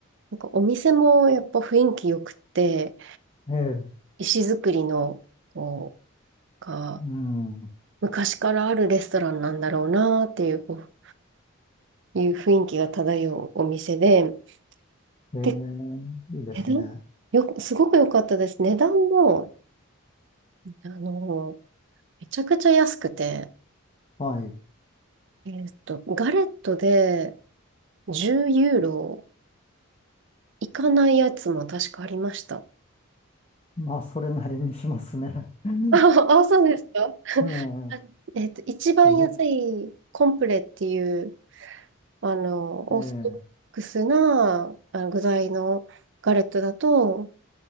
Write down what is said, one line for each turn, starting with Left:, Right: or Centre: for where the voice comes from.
Right: なんかお店もやっぱ雰囲気よくて、
Left: ええ、
Right: 石造りの、こう、が、
Left: うん、
Right: 昔からあるレストランなんだろうなっていうこういう雰囲気が漂うお店で、
Left: ええ、
Right: で、
Left: いいですね。
Right: 値段よく、すごく良かったです。値段も、あの、めちゃくちゃ安くて、
Left: はい。
Right: えっと、ガレットで10ユーロいかないやつも確かありました。
Left: まあ、それなりにしますね。<laughs>
Right: あ、あそうですか。
Left: うんえ
Right: あえっと、一番安いコンプレっていう、
Left: え、えめっちゃ、
Right: あの、
Left: ええ、
Right: オーソドックスなあの具材のガレットだと、